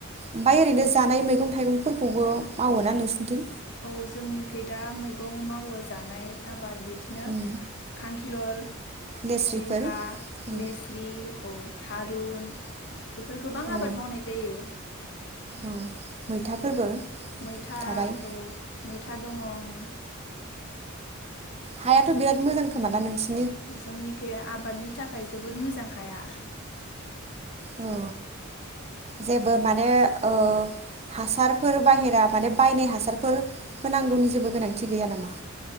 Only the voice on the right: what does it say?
ओमफाय ओरैनो जानाय मैगं थाइगंफोरखौबो मावोना नोंसिनिथिं?
उम
लेस्रिफोर
उम
औ
औ मैथाफोरबो
थाबाय
हायाथ' बिराद मोजां खोमा ना नोंसि
औ जेबो माने ओ हासारफोर बाहेरा माने बायनाय हासारफोर होनांगौनि जेबो गोनांथि गैया नामा?